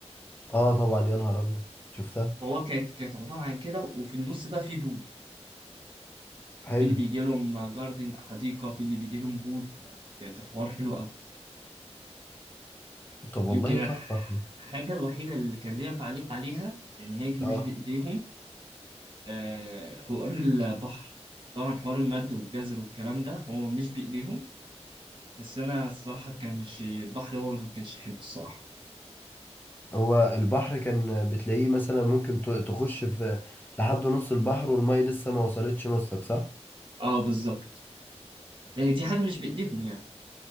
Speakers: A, on the left; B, on the right.
A: اه طبعا يا نهار ابيض شفتها
B: فهو كانت كانت عبارة عن كده وفي النص بقى في بول
A: حلو
B: في اللي بيجي لهم جاردن حديقة في اللي بيجي لهم بول فكانت الحوار حلو أوي
A: طب والله
B: يمكن
A: تحفه
B: الحاجة الوحيدة اللي كان ليا تعليق عليها يعني هيك مش
A: اه
B: بإيديهم آه، حوار البحر طبعا حوار المد والجزر والكلام ده هو مش بإيديهم بس أنا الصراحة كانش البحر هو اللي ما كانش حلو الصراحة
A: هو البحر كان بتلاقيه مثلا ممكن ت- تخش في لحد نص البحر والميه لسه ما وصلتش نصك صح
B: اه بالظبط هي دي حاجة مش بإيديهم يعني